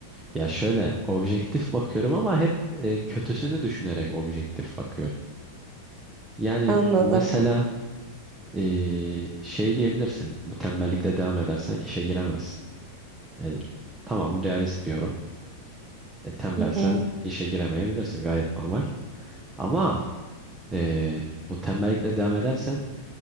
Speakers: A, on the right; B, on the right.
A: ya şöyle objektif bakıyorum ama hep e, kötüsünü düşünerek objektif bakıyorum. Yani
B: <laughs> Anladım.
A: mesela Ee, şey diyebilirsin. Bu tembellikle devam edersen işe giremezsin. Ee, tamam realist bir yorum. E, tembelsen
B: Hı hı.
A: işe giremeyebilirsin gayet normal. Ama ee, bu tembellikle devam edersen